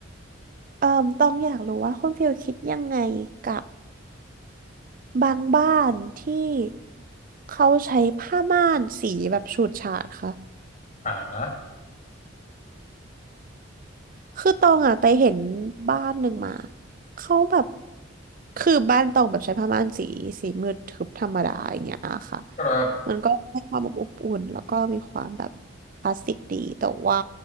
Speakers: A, on the right; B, on the left.
A: เอ่อตองอยากรู้ว่าคุณฟิลคิดยังไงกับบางบ้านที่เขาใช้ผ้าม่านสีแบบฉูดฉาดค่ะ
B: อ่า
A: คือตองอ่ะไปเห็นบ้านหนึ่งมาเขาแบบคือบ้านตองแบบใช้ผ้าม่านสีสีมืดทึบธรรมดาอย่างเงี้ยค่ะ
B: ครับ
A: มันก็ให้ความอบอบอุ่นแล้วก็มีความแบบคลาสสิกดีแต่ว่า